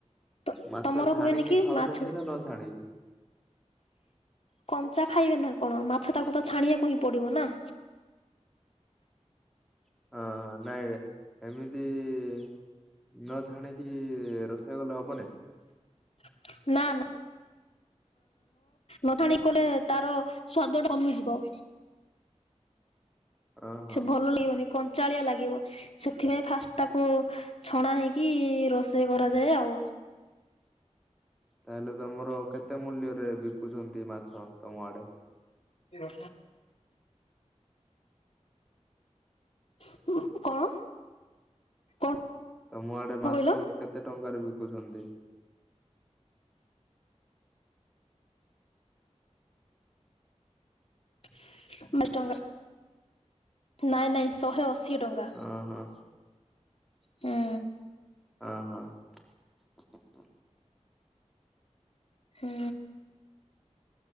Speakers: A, on the left; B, in the centre.
A: ତ
B: ମାଛ
A: ତମର
B: ଛାଣିକି
A: ହୁଏନି କି
B: ଖାଉଚନ୍ତି
A: ମାଛ?
B: ନା ନ ଛାଣିକି?
A: କଞ୍ଚା ଖାଇବେ ନା କ'ଣ, ମାଛ କୁ ତ ଛାଣିବାକୁ ହିଁ ପଡ଼ିବ ନା?
B: <inaudible> ନ ଛାଣିକି ରୋଷେଇ କଲେ ହବ ଇ।
A: <inaudible> ନଥାଣି କଲେ ତା'ର ସ୍ଵାଦ କମିଯିବ।
B: ଓହୋ।
A: ସେ ଭଲ ବନି କଞ୍ଚାଳିଆ ଲାଗିବ। ସେଥିପାଇଁ ଫାଷ୍ଟ୍ ତାକୁ ଛଣା ହେଇକି, ରୋଷେଇ କରାଯାଏ ଆଉ।
B: ତା'ହେଲେ ତମର କେତେ ମୂଲ୍ୟରେ ବିକୁଛନ୍ତି ମାଛ ତମ ଆଡ଼େ?
A: ଏ ର <inaudible> କଣ
B: ତମ ଆଡ଼େ ମାଛ
A: କଣ କହିଲ
B: କେତେ ଟଙ୍କାରେ ବିକୁଚନ୍ତି?
A: <inaudible> ନାଇଁ ନାଇଁ ଶହେ ଅଶୀ ଟଙ୍କା।
B: <inaudible>
A: ହୁଁ
B: <inaudible>
A: ହୁଁ।